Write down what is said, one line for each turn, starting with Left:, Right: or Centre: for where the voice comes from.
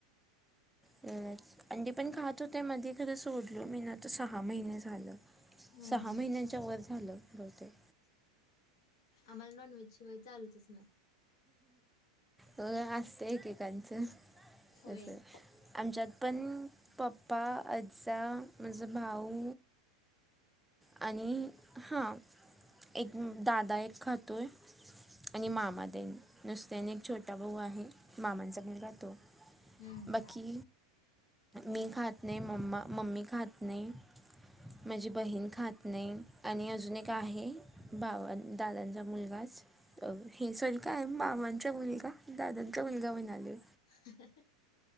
Centre: तेवढच. अंडी पण खात होते मध्ये खरं सोडलो मी नाता सहा. महिने झालं
Left: हम्म
Centre: सहा
Left: हम्म
Centre: महिन्यां च्या वर झालं बहुतेक.
Left: आम्हाला नॉनव्हेज शिवाय चालतच नाही.
Centre: हो असत एकेकांचं.
Left: होय.
Centre: तसं आमच्यात पण पप्पा आजा माझा भाऊ. आणि हा एक दादा एक खातो य. आणि मामा ते नुसत्याने एक छोटा भाऊ आहे आणि मामांचा जवळ राहतो.
Left: हम्म हम्म
Centre: बाकी. मी खात नाही म्मा मम्मी खात माझी बहीण. खात नाही आणि अजून एक आहे भाव दादांचा मुलगाच अ हे सरी काय मामांचा मुलगा दादांचा मुलगा म्हणालो
Left: <unintelligible>